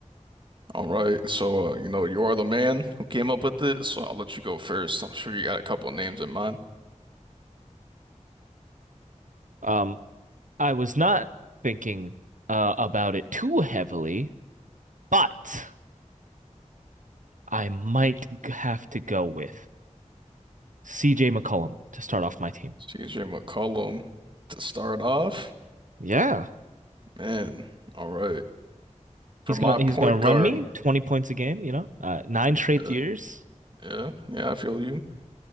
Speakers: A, on the right; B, on the right.
A: All right. So, uh, you know, you are the man who came up with this, so I'll let you go first. I'm sure you got a couple names in mind.
B: Um, I was not thinking uh about it too heavily, but I might g- have to go with CJ McCollum to start off my team.
A: CJ McCollum to start off,
B: Yeah.
A: man. All right. For
B: He's
A: my
B: gonna
A: point
B: he's gonna run
A: guard,
B: me 20 points a game, you know? Uh nine straight
A: yeah,
B: years.
A: yeah, yeah, I feel you.